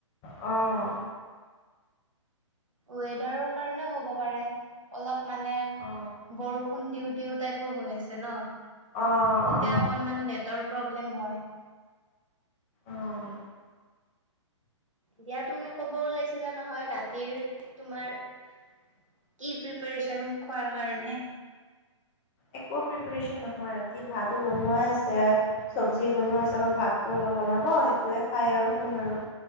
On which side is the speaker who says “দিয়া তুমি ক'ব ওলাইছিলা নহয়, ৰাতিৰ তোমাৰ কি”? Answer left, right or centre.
Right